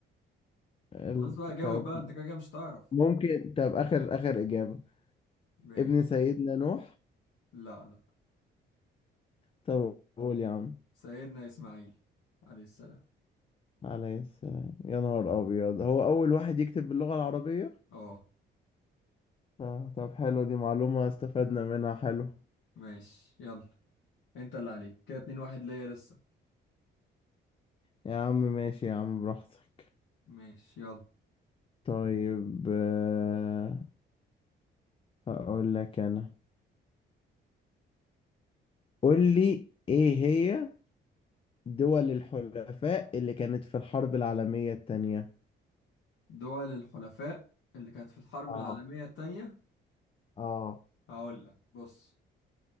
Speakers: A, on the left (about 30°); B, on the left (about 80°).
A: ال-
B: خلاص بقى جاوب
A: طب
B: بقى انت كده كده مش تعرف
A: ممكن طب آخر آخر إجابة
B: ماشي
A: ابن سيدنا نوح
B: لا لا
A: طب قول يا عم
B: سيدنا اسماعيل عليه السلام
A: عليه السلام يا نهار أبيض هو أول واحد يكتب باللغة العربية
B: اه
A: آه، طب حلو دي معلومة استفدنا منها حلو
B: ماشي يلا انت اللي عليك كده اتنين واحد ليا لسه
A: يا عم ماشي يا عم براحتك
B: ماشي يلا
A: طيب آه، هقول لك أنا قول لي إيه هي دول الحلفاء اللي كانت في الحرب العالمية التانية
B: دول الحلفاء اللي كانت في الحرب
A: اه
B: العالمية التانية
A: اه
B: هقول لك بص